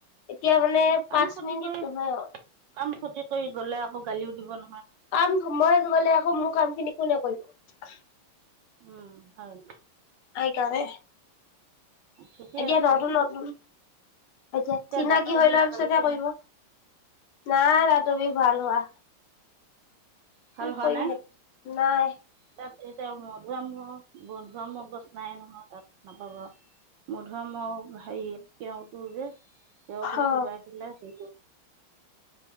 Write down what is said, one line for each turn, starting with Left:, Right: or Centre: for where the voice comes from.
Left: এতিয়া মানে
Right: কাম
Left: পাঁচ
Right: খতি
Left: মিনিট
Right: কৰি
Left: নহয় অ
Right: কাম খতি কৰি গলে আকৌ কালিও দিব নহয়।
Left: কাম মই গলে আকৌ মোৰ কাম খিনি কোনে কৰিব?
Right: উম হয়।
Left: সেই কানে
Right: ঠিকে
Left: এতিয়া
Right: আছে
Left: নতুন নতুন, এতিয়া চিনাকি
Right: দাঁতৰ
Left: হৈ
Right: বিষ
Left: লোৱাৰ
Right: ভাল
Left: পিছতহে
Right: হৈছে
Left: কৰিব। নাই দাতৰ বিষ ভাল হোৱা।
Right: ভাল
Left: কি
Right: হোৱা
Left: কৰিম
Right: নাই
Left: হে, নাই।
Right: তাত এতিয়া মধুুআম মধুআমৰ গছ নাই নহয় তাত নাপাব। মধু আমৰ হেৰি তিয়হ তো যে তিয়তো
Left: অ
Right: চুবাই পেলে সি